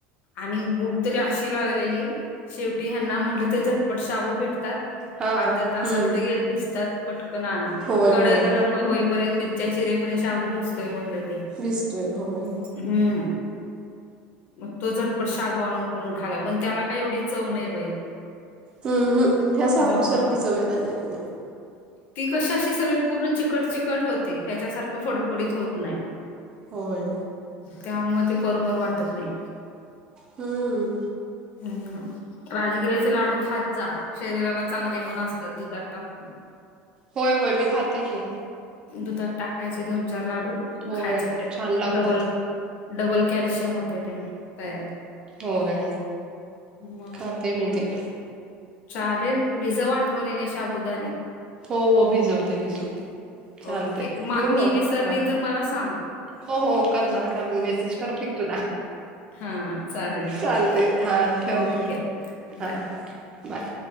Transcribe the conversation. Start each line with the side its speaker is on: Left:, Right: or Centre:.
Left: आणि भूक तरी अशी लागलेली शेवटी ह्यांना म्हटलं ते झटपट शाबू भेटतात,
Right: हा
Left: अर्ध्या तासात
Right: हम्म
Left: लगेच भिजतात पटकन आणा
Right: होय
Left: कडई
Right: होय
Left: गरम हो होईपर्यंत मिर, च्या चिरे पण शाबू भिसतोय म्हणल ते,
Right: भीजतोय होय.
Left: हम्म. मग तो झटपट शाबू आणून करून खाला, पण त्याला काही एवढी चव नाही बाई ती.
Right: हु हु ह्या शाबुसारखी
Left: बरोबर
Right: चव आणत नाही,
Left: ती कशी अशी सगळी पूर्ण चिकट चिकट होत ते ह्याच्यासारखं फडफडीत होत नाही,
Right: होय.
Left: त्यामुळ ते बरोबर वाटत नाही.
Right: हम्म.
Left: हम्म राजगिर्याचे लाडू खात जा शरीराला चांगले पण असतात दुधात टिकून,
Right: होय होय मी खाते की.
Left: दुधात टाकायचे दोन चार लाडू
Right: होय
Left: खायचे
Right: छान लागतात
Left: डबल. डब्बल कॅल्शियम होतय त्यांनी तयार
Right: होय
Left: मग
Right: खाते मी ते.
Left: चालेल भिजव आठवणीने शाभुदाने.
Right: हो हो भिजवते भिजवते, चालते
Left: ओके म
Right: ठेवू
Left: मी
Right: मग
Left: विसरली
Right: हा
Left: तर मला सांग
Right: हो हो करणार करणार मेसेज करते की तुला.
Left: हा चालेल चालेल
Right: चालते हा ठेवते,
Left: ओके
Right: हा
Left: बाय
Right: बाय.